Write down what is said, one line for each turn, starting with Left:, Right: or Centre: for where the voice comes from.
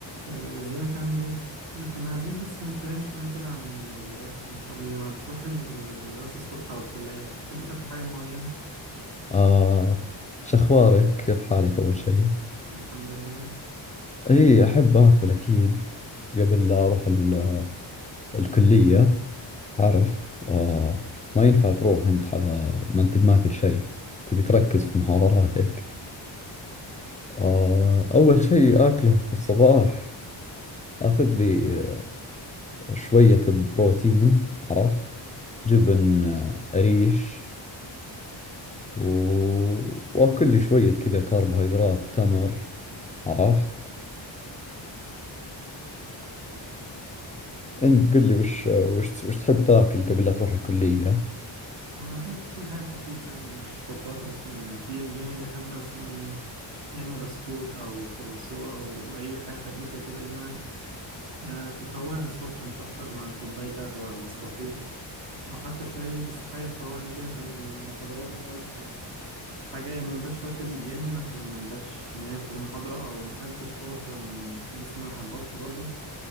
Right: آه، ازيك عامل ايه؟ احنا كنا عايزين بس نتكلم شوية كده عن وجبات انت قبل ما تروح المدرسة الصبح او الكلية بتحب تاكل حاجة معينة؟
Left: آه شخبارك كيف حالك أول شيء
Right: الحمد لله
Left: إي أحب أكل أكيد قبل لا أروح ال- الكلية تعرف آه ما ينفع تروح أنت على ما أنت بماكل شيء تبي تركز في محاضراتك آه أول شيء آكله في الصباح آخذ لي شوية بروتين عرفت جبن آه، قريش و... وآكل لي شوية كذا كربوهيدرات تمر عرفت انت قل لي وش وش وش تحب تاكل قبل لا تروح الكلية
Right: أنا أحب أكل حاجة خفيفة يعني مش فطار ت- تقيل جامد أحب مثلا يا إما بسكوت أو كرواسو أو أي حاجة خفيفة كده اللي أنا آه، تفوقني الصبح مش أكتر مع كوباية قهوة أو نسكافيه او حتى شاي بس حاجه تفوقني كده عشان المحاضرات بتعوز حاجه يا منبقاش واكل جامد عشان منبقاش نايم في المحاضره او ما اكلتش خالص عشان جسمي ما يهبطش برضو